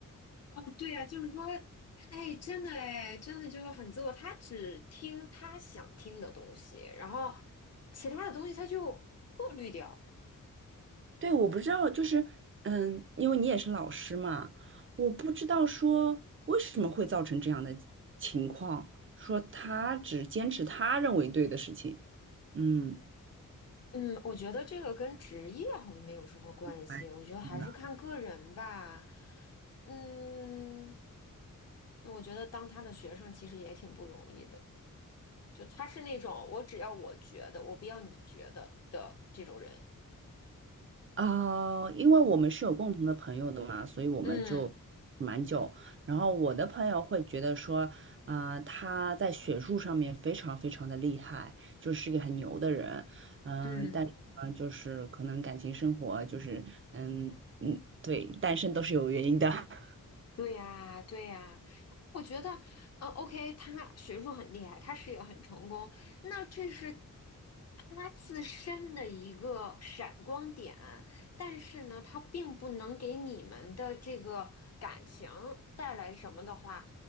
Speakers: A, on the left; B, on the right.
A: 哦，对呀，就是说，哎，真的哎，真的就是很自我，他只听他想听的东西，然后其他的东西他就过滤掉。
B: 对，我不知道，就是，嗯，因为你也是老师嘛，我不知道说为什么会造成这样的情况，说他只坚持他认为对的事情，嗯，
A: 嗯，我觉得这个跟职业好像没有什么关系，
B: 哎，
A: 我觉得还是看个人吧。
B: 明白
A: 嗯，那我觉得当他的学生其实也挺不容易的，就他是那种我只要我觉得，我不要你觉得的这种人。
B: 啊，因为我们是有共同的朋友的嘛，所以我们就蛮久。
A: 嗯
B: 然后我的朋友会觉得说，啊、他在学术上面非常非常的厉害，就是一个很牛的人。嗯、
A: 嗯，
B: 但是呢就是可能感情生活就是，嗯嗯，对，单身都是有原因的。<laughs>
A: 对呀，对呀。我觉得，嗯 o k 他学术很厉害，他事业很成功，那这是他自身的一个闪光点，但是呢，他并不能给你们的这个感情带来什么的话，